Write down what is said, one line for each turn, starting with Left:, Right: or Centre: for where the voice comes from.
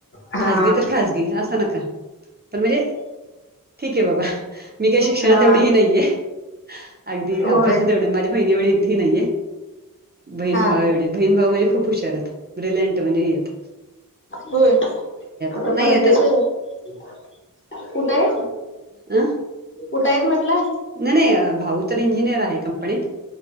Left: हा
Right: खाजगी तर खासगी असं नकां पणं म्हणजे ठीक आहे बाबा. मी काही शिक्षणात
Left: हा
Right: तेवढी हे नाही आहे. अगदी
Left: होय
Right: अभ्यासात एवढं माझ्या बहिणी एवढी बूँदी नाही आहे. बहीण
Left: हा
Right: भाव एवढे बहीण भाऊ म्हणजे खूप हुशार आहेत ब्रिलियट म्हणजे हे यांत
Left: होय
Right: नाही
Left: परत
Right: आता
Left: येशील नां. कुठं आहे <unintelligible>
Right: अं.
Left: कुठं आहेंतं म्हटलं.
Right: नाहीं नाहीं भाऊ तर इंजिनियर आहे. तर पडीत